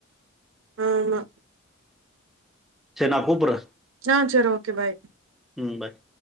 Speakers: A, on the right; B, in the centre.
A: ஆமா
B: செர் நா கூப்பற்றேன்
A: ஆஹ் சரி ஓகே பாய்
B: ம் பாய்